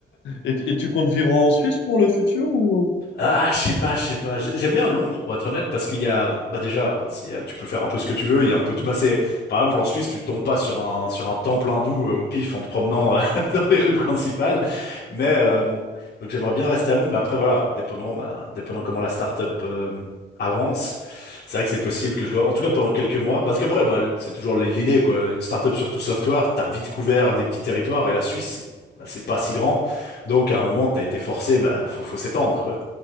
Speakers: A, on the left (about 85°); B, on the left (about 60°).
A: Et, et tu comptes vivre en Suisse pour le futur ou?
B: Ah, je sais pas, je sais pas. J'ai- J'aime bien Londres, pour être honnête, parce qu'il y a, bah déjà, bah, s'il y a- tu peux faire un peu ce que tu veux. Il y a un peu tout. Bah c'est, par exemple, en Suisse, tu tombes pas sur un sur un temple hindou euh, au pif en te promenant
A: Ok.
B: euh, <laughs> dans les rues principales. Mais euh, donc j'aimerais bien rester à Londres, mais après voilà, dépendant, bah, dépendant comment la start-up euh, avance, c'est vrai que c'est possible que je dois, en tout cas pendant quelques mois, parce qu'après, bah, c'est toujours l'idée quoi. Une start-up surtout software, t'as vite couvert des petits territoires et la Suisse, c'est bah, c'est pas si grand, donc à
A: Mm,
B: un moment t'as été forcé, bah faut faut s'étendre quoi.